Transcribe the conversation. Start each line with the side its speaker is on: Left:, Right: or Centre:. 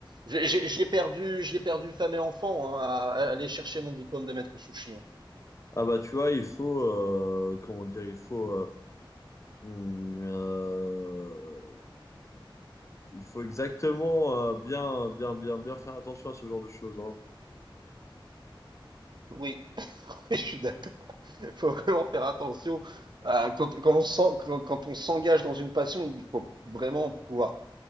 Right: j'ai- j'ai- j'y ai perdu, j'y ai perdu femme et enfant hein, à, à aller chercher mon diplôme de maître sushi. hein.
Left: Ah bah tu vois, il faut, euh, comment dire, il faut... euh, hum, euh, il faut exactement euh, bien, bien, bien, bien faire attention à ce genre de choses, hein.
Right: Oui, <laughs> oui, je suis d'accord. <laughs> Il faut vraiment faire attention. à- quand, quand on s'en- quand- quand on s'engage dans une passion, il faut vraiment pouvoir